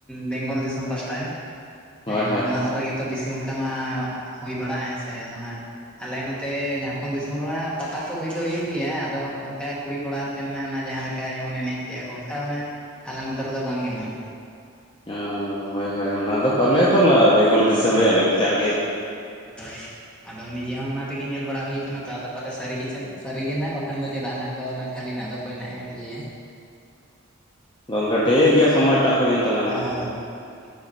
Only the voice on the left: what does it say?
ᱦᱳᱭ ᱦᱳᱭ
ᱚᱸ ᱦᱚᱭ ᱦᱚᱭ ᱚᱱᱟᱫᱚ ᱯᱟᱞᱮᱫ ᱫᱚ ᱵᱮᱝᱜᱚᱞ ᱫᱤᱥᱚᱢ ᱨᱮᱭᱟᱜ ᱞᱟᱠᱪᱟᱨ ᱜᱮ ᱾
ᱜᱚᱝᱠᱮ ᱴᱷᱤᱠ ᱜᱮᱭᱟ ᱥᱚᱢᱚᱭᱴᱟᱜ ᱦᱩᱭᱮᱱ ᱛᱟᱞᱟᱝᱟ
᱾